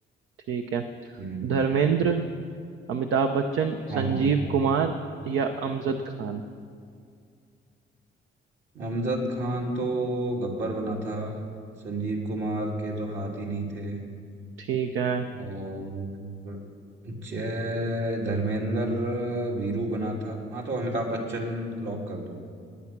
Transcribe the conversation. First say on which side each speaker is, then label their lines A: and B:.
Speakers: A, on the right; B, on the right.
A: ठीक है
B: हम्म
A: धर्मेंद्र अमिताभ बच्चन
B: हाँ
A: संजीव
B: हाँ
A: कुमार या अमजद खान
B: अमजद खान तो गब्बर बना था संजीव कुमार के तो हाथ ही नहीं थे
A: ठीक है
B: और जय धर्मेंद्र वीरू बना था हाँ तो अमिताभ बच्चन लॉक कर दो